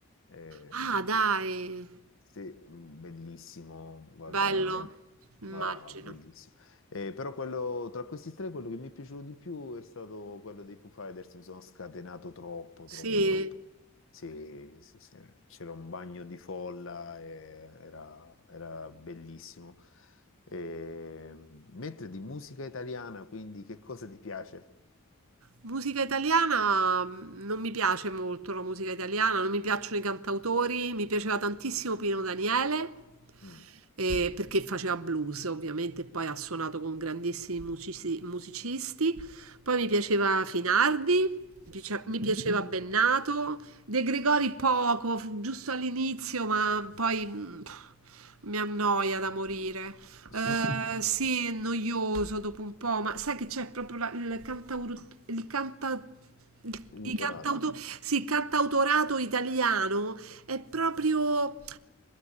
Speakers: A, on the left; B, on the right.
A: eh,
B: Ah, dai,
A: Sì, mm, bellissimo, guarda,
B: bello,
A: è
B: immagino.
A: ma bellissimo. Eh, però quello, tra questi tre, quello che mi è piaciuto di più è stato quello dei Foo Fighters, mi sono scatenato troppo, troppo,
B: Sì.
A: troppo. Sì, sì, sì, c'era un bagno di folla, e era, era bellissimo. Eh, mentre di musica italiana, quindi che cosa ti piace?
B: Musica italiana mh, non mi piace molto la musica italiana, non mi piacciono i cantautori, mi piaceva tantissimo Pino Daniele,
A: Mm.
B: eh, perché faceva blues ovviamente, e poi ha suonato con grandissimi musici- musicisti, poi mi piaceva Finardi, mi piace- mi
A: Mhm.
B: piaceva Bennato, De Gregori poco, fu giusto all'inizio, ma poi mh, mi annoia da morire.
A: <laughs>
B: Eh, sì, è noioso dopo un po', ma sai che c'è proprio la- il cantauro, il canta, il, i
A: Utorato.
B: cantauto- sì, il cantautorato italiano è proprio,